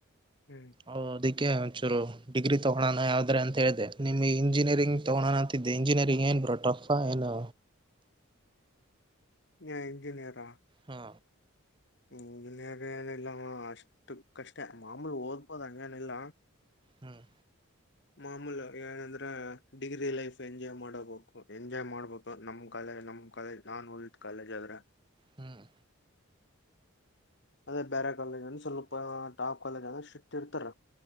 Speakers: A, on the left; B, on the right.
A: ಹ್ಮ್
B: ಓ ಅದಿಕ್ಕೆ ಒಂಚೂರು ಡಿಗ್ರಿ ತಗೋಣ ಯಾವ್ದ್ರ ಅಂತ ಹೇಳಿದೆೆ ನಿಮಗೆ ಇಂಜಿನಿಯರಿಂಗ್ ತಗೋಣ ಅಂತ ಇಂಜಿನಿಯರಿಂಗ್ ಏನ್ ಬ ಟಫ ಏನು
A: ಏನ್ ಇಂಜಿನಿಯರಿಂಗ
B: ಹಾ
A: ಹ ಇನ್ಯಾಗ ಏನಿಲ್ಲ ಅಷ್ಟು ಕಷ್ಟ ಮಾಮೂಲಿ ಓದುವುದು ಹಂಗೇನಿಲ್ಲ
B: ಹ್ಮ್
A: ಮಾಮೂಲ ಏನಂದ್ರ ಡಿಗ್ರಿ ಲೈಫ್ ಎಂಜಾಯ್ ಮಾಡಬೇಕು ಎಂಜಾಯ್ ಮಾಡ ನಮ್ ಕಾಲೇ ನಮ್ ಕಾಲೇಜ್ ನಾನ್ ಹೋಿದ್ ಕಾಲೇಜ್ ಆದ್ರೆ
B: ಹ್ಮ್
A: ಅದೇ ಬೇರೆ ಕಾಲೇಜ್ ಅಂದ ಸ್ವಲ್ಪ ಟಾಪ್ ಕಾಲೇಜ್ ಅಂದ್ರ ಸ್ಕ್ರಿಪ್ಟ್ ಇರ್ತಾರ